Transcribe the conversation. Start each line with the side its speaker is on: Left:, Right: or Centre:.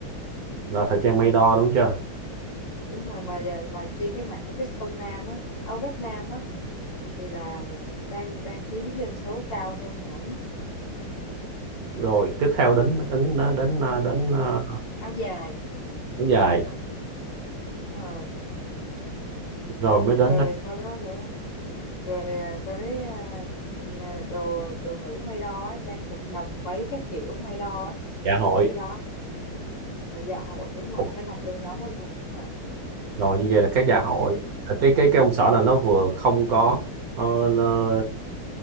Right: là thời trang May đo đúng chưa
Left: đúng rồi mà giày- mà chuyên cái mảng vest tông nam á áo vest nam á thì là đang đang chiếm doanh số cao hơn hẳn
Right: rồi tiếp theo đến đến đến đến đến, ờ,
Left: áo dài
Right: kéo dài
Left: đúng rồi
Right: rồi mới đến
Left: rồi
Right: ờ,
Left: sau đó nữa rồi à, tới à, n- à, đồ đồ nữ may đo á, trang phục đầm váy các kiểu may đo á.
Right: dạ
Left: Rồi
Right: hội
Left: tới cái đó và dạ hội đúng rồi
Right: Ủa,
Left: nó nằm trong nhóm đó luôn đúng rồi
Right: rồi như vậy là cái dạ hội
Left: Nói chứ-
Right: là cái cái cái ông xã là nó vừa không có ờ, nó